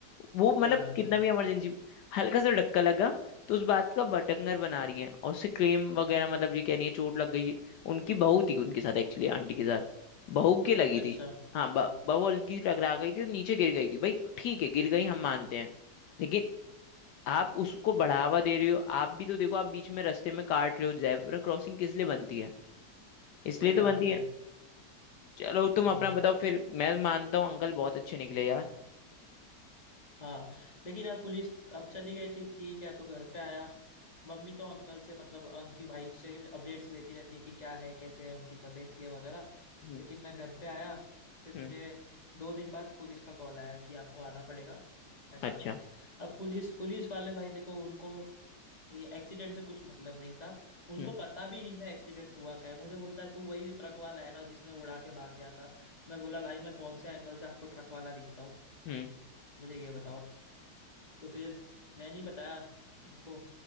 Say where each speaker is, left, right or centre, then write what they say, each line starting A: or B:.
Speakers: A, on the left; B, on the left.
A: वो मतलब
B: सही बात
A: कितना
B: है
A: भी इमरजेंसी हल्का सा धक्का लगा तो उस बात का बटकनर बना रही है और उससे क्लेम वगैरह मतलब ये कह रही है चोट लग गई उनकी बहू थी उनके साथ एक्चुअली आंटी के साथ बहू के लगी
B: अच्छा
A: थी हाँ ब- बहू हल्की सी टकरा गई थी तो नीचे गिर गई थी भाई ठीक है गिर गई हम मानते हैं लेकिन आप उसको बढ़ावा दे रहे हो आप भी तो देखो आप बीच में रास्ते में काट रहे हो जेब्रा क्रॉसिंग किस लिए बनती है इसलिए
B: सही
A: तो
B: बात
A: बनती है
B: है
A: चलो तुम
B: हम्म
A: अपना बताओ फिर मैं मानता हूँ अंकल बहुत अच्छे निकले यार
B: हाँ लेकिन यार पुलिस अब चली गई थी ठीक है तो घर पे आया मम्मी तो अंकल से मतलब उनकी वाइफ से अपडेट्स लेती रहती है कि क्या है कैसे है उनकी तबीयत है वगैरह
A: हम्म
B: लेकिन मैं घर पे आया फिर मुझे
A: हम्म
B: दो दिन बाद पुलिस का कॉल आया कि आपको आना पड़ेगा ऐसा
A: अच्छा
B: अब पुलिस पुलिस वाले भाई देखो उनको ये एक्सीडेंट से कुछ मतलब नहीं था उनको
A: हम्म
B: पता भी नहीं था एक्सीडेंट हुआ क्या है मुझे बोलता है तू वही ट्रक वाला है ना जिसने उड़ा के भाग गया था मैं बोला भाई मैं कौन से एंगल से आपको ट्रक वाला दिखता हूँ
A: हम्म
B: मुझे ये बताओ तो फिर मैं नहीं बताया उनको